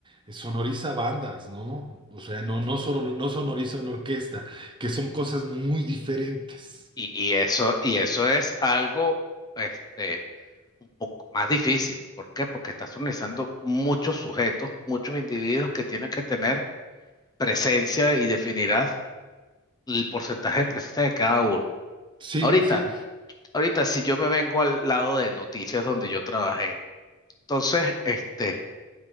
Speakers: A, on the right (about 20°); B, on the left (about 20°).
A: eh, sonoriza bandas, ¿no? O sea, no, no, son- no sonoriza una orquesta, que son cosas muy diferentes.
B: y, y eso, y eso es algo, este, un poco más difícil. ¿Por qué? Porque estás organizando muchos sujetos, muchos individuos que tienen que tener presencia y definirás el porcentaje de presencia de cada uno.
A: Sí,
B: Ahorita,
A: sí,
B: ahorita, si yo me vengo al lado de noticias donde yo trabajé, entonces, este